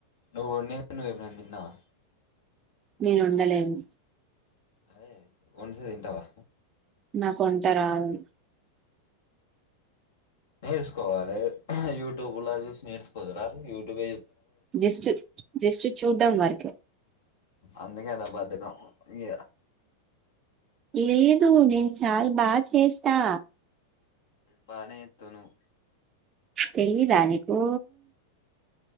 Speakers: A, on the left (about 55°); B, on the right (about 25°).
A: నువ్వు ఉన్నవన్నీ ఎప్పుడైనా తిన్నావా
B: నేనుండలేను
A: అదే వండితే తింటావా
B: నాకు వంట రాదు
A: నేర్చుకోవాలి యూట్యూబ్ లో చూసి నేర్చుకోదురా యూట్యూబ్
B: జస్ట్ జస్ట్ చూడ్డం వరకి
A: అందుకే అదా బద్ దాకం ఇగ
B: లేదు నేను చాలా బాగు చేస్తా
A: బాగానే చేస్తావ్ నువ్వు
B: తెలియదా నీకు